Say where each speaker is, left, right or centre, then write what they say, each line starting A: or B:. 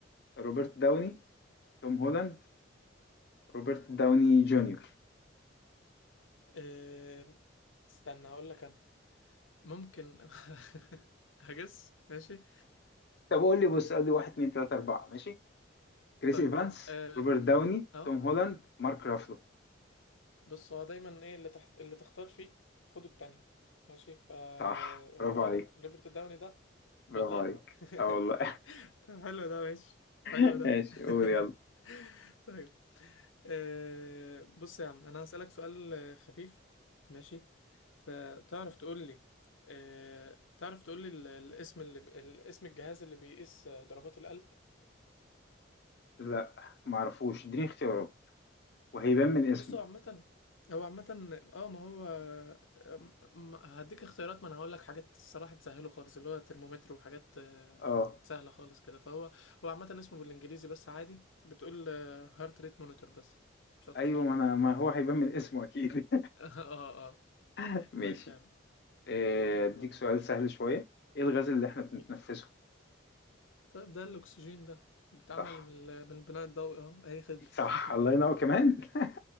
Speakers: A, on the left (about 55°); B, on the left (about 80°).
A: روبرت داوني توم هولاند روبرت داوني جونيور
B: أه... استنى هقول لك انا ممكن <laughs> هجس ماشي
A: طب قول لي بص قول لي واحد اتنين تلاتة أربعة ماشي كريس
B: طيب
A: إيفانس
B: اه
A: روبرت داوني
B: آه.
A: توم هولاند مارك رافلو
B: بص هو دايما ايه اللي تحت اللي تختار فيه خده التانية ماشي فهو
A: صح برافو عليك
B: ر- روبرت داوني ده
A: برافو
B: والله
A: عليك اه
B: <laughs>
A: والله
B: طب حلو ده ماشي
A: <laughs>
B: حلو ده
A: ماشي قول يلا
B: <laughs> طيب آه، بص يا عم انا هسألك سؤال آه، خفيف ماشي فتعرف تقول لي آه، تعرف تقول لي ال- الاسم اللي ب... الاسم الجهاز اللي بيقيس آه، ضربات القلب
A: لا معرفوش اديني اختيارات وهيبان من اسمه
B: بص هو عامة هو عامة اه ما هو م- م- هديك اختيارات ما انا هقول لك حاجات الصراحة تسهله خالص اللي هو ترمومتر وحاجات آه،
A: اه
B: سهلة خالص كده فهو هو عامة اسمه بالانجليزي بس عادي بتقول هارت ريت مونيتور بس مش اكتر
A: ايوه ما انا ما هو هيبان من اسمه اكيد
B: <laughs> اه اه
A: <laughs> ماشي
B: مش فاهم
A: آه،
B: يلا
A: اديك
B: بينا
A: سؤال سهل شوية ايه الغاز اللي احنا بنتنفسه
B: ي- طيب ده الاكسجين ده بيتعمل
A: صح
B: من ال- من البناء الضوئي اه اي خدمة
A: صح
B: <laughs>
A: الله ينور كمان <laughs>